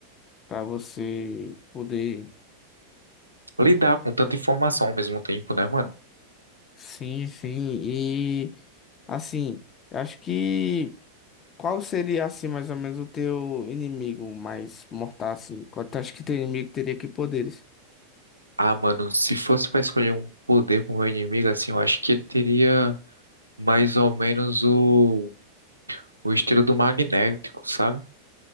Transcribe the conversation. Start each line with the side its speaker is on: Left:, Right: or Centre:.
Left: pra você poder...
Right: Lidar com tanta informação ao mesmo tempo, né, mano?
Left: Sim, sim, e, assim, eu acho que... Qual seria, assim, mais ou menos o teu inimigo mais mortal, assim? Qual tu acha que teu inimigo teria que poderes?
Right: Ah, mano, se fosse para escolher um poder pro meu inimigo, assim, eu acho que ele teria mais ou menos o o estilo do magnético, sabe?